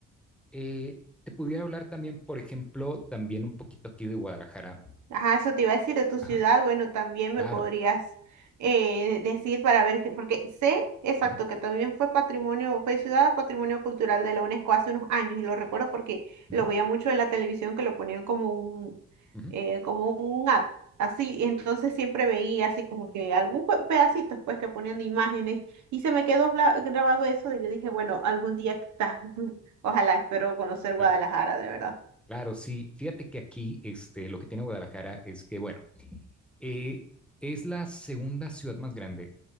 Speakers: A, in the centre; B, on the right.
A: Eh, te pudiera hablar también, por ejemplo, también un poquito aquí de Guadalajara.
B: Ajá, eso te iba a decir de tu
A: Ajá,
B: ciudad. Bueno, también me
A: claro.
B: podrías eh, decir para ver, que- porque sé exacto
A: Ujú,
B: que también fue patrimonio, fue ciudad patrimonio cultural de la UNESCO hace unos años y lo recuerdo porque
A: ujú,
B: lo veía mucho en la televisión que lo ponían como un,
A: ujú,
B: eh, como un ad, así. y Entonces siempre veía así como que algún pe- pedacito pues que ponían de imágenes y se me quedó bla- grabado eso y yo dije, bueno, algún día quizás, <laughs> ojalá espero conocer
A: claro.
B: Guadalajara de verdad.
A: Claro, sí. Fíjate que aquí este, lo que tiene Guadalajara es que, bueno, eh, es la segunda ciudad más grande